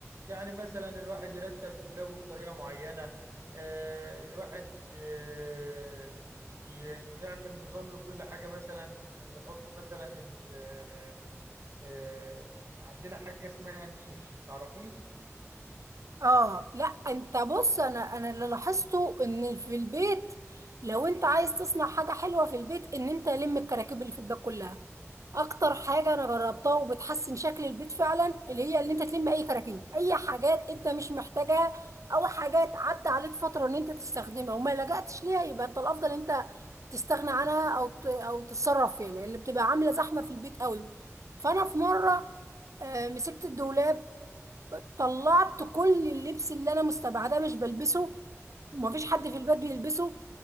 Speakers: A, on the right (about 65°); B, on the right (about 80°).
A: يعني مثلا الواحد يرتب دولابه بطريقة معينة آه، الواحد آه، ي- يعمل نظام لكل حاجة مثلا يحط مثلا ال- آه، آه، عندنا حاجة اسمها النيش تعرفيه
B: اه لا انت بص انا انا اللي لاحظته ان في البيت لو انت عايز تصنع حاجه حلوه في البيت ان انت لم الكراكيب اللي في البيت كلها اكتر حاجه انا جربتها وبتحسن شكل البيت فعلا اللي هي اللي انت تلم اي كراكيب اي حاجات انت مش محتاجها او حاجات عدى عليك فتره ان انت تستخدمها وما لجأتش ليها يبقى انت الافضل انت تستغنى عنها او ت- او تتصرف فيها لان بتبقى عامله زحمه في البيت قوي فانا في مره آه، مسكت الدولاب طلعت كل اللبس اللي انا مستبعداه مش بلبسه ومفيش حد في البيت بيلبسه